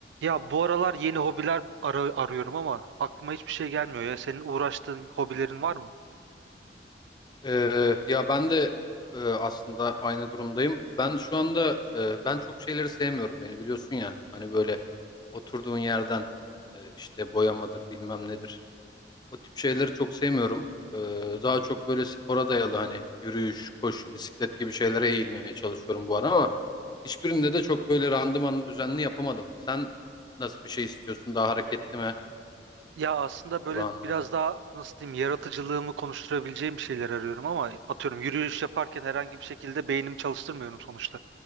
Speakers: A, on the right; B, on the left.
A: Ya bu aralar yeni hobiler ara- arıyorum ama aklıma hiçbir şey gelmiyor ya. Senin uğraştığın hobilerin var mı?
B: Ee, ya ben de e, aslında aynı durumdayım. Ben şu anda e, ben çok şeyleri sevmiyorum beni biliyorsun ya. Hani böyle oturduğun yerden e, işte boyamadır bilmem nedir. O tip şeyleri çok sevmiyorum. Ee, daha çok böyle spora dayalı hani yürüyüş, koşu, bisiklet gibi şeylere eğilmeye çalışıyorum bu ara ama hiçbirinde de çok böyle randımanı düzenli yapamadım. Sen nasıl bir şey istiyorsun? Daha hareketli mi,
A: Ya aslında böyle
B: duran mı?
A: biraz daha nasıl diyeyim yaratıcılığımı konuşturabileceğim bir şeyler arıyorum ama atıyorum yürüyüş yaparken herhangi bir şekilde beynimi çalıştırmıyorum sonuçta.